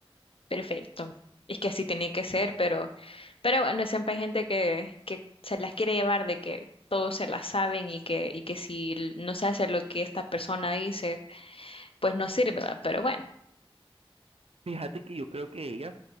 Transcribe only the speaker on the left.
Perfecto. Es que así tiene que ser, pero, pero bueno, siempre hay gente que, que se las quiere llevar de que todos se las saben y que, y que si l- no se hace lo que esta persona dice, pues no sirve, ¿va? Pero bueno,